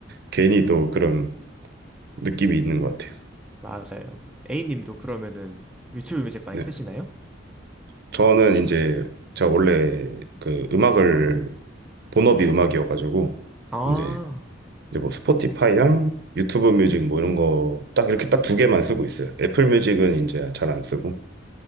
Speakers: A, on the right; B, in the centre.
A: 괜히 또 그런 느낌이 있는 것 같아요.
B: 맞아요. A님도 그러면은 유튜브 뮤직 많이
A: 네.
B: 쓰시나요?
A: 저는 이제 제가 원래 그 음악을 본업이 음악이어가지고
B: 아,
A: 이제 이제 뭐 스포티파이랑 유튜브 뮤직 뭐 이런 거 딱 이렇게 딱 두 개만 쓰고 있어요. 애플 뮤직은 이제 잘 안 쓰고.